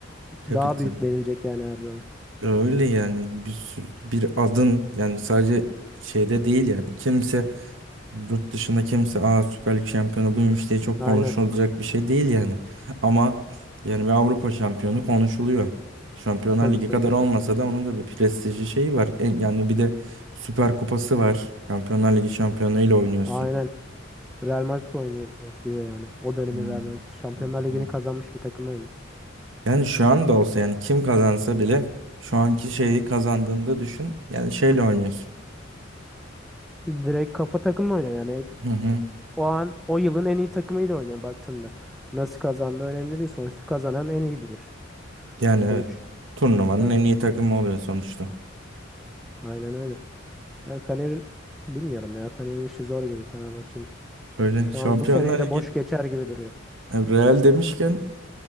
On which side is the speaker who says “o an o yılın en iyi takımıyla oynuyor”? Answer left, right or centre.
Centre